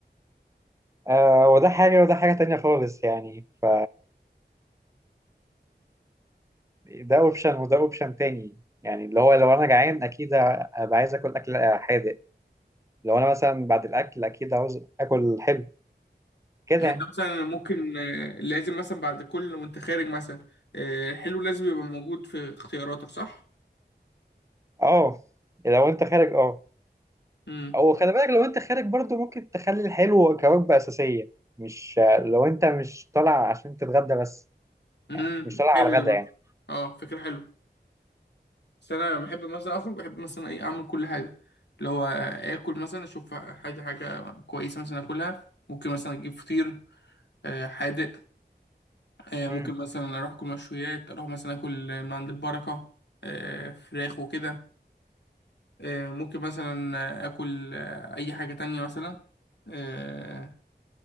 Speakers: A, on the right; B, on the left.
A: آه وده حاجة وده حاجة تانية خالص يعني ف ده اوبشن وده اوبشن تاني يعني اللي هو لو انا جعان اكيد ابقى عايز اكل اكل حادق لو انا مثلا بعد الاكل اكيد عاوز اكل حلو كده
B: يعني
A: يعني
B: انت مثلا أنا ممكن آه، لازم مثلا بعد كل وانت خارج مثلا آه، الحلو لازم يبقى موجود في اختياراتك صح؟
A: اه لو انت خارج اه
B: امم
A: او خلي بالك لو انت خارج برضو ممكن تخلي الحلو كوجبة اساسية مش لو انت مش طالع عشان تتغدى بس
B: امم
A: مش طالع
B: حلو
A: على الغدا
B: دي برضه
A: يعني
B: اه فكرة حلوة بس انا بحب مثلا اخرج بحب مثلا ايه اعمل كل حاجة اللي هو اكل مثلا اشوف حاجة حاجة كويسة مثلا اكلها ممكن مثلا اجيب فطير آه، حادق آه، ممكن
A: امم
B: مثلا اروح اكل مشويات اروح مثلا اكل من عند البركة آه، فراخ وكده آه، ممكن مثلا اكل آه، اي حاجة تانية مثلا آه،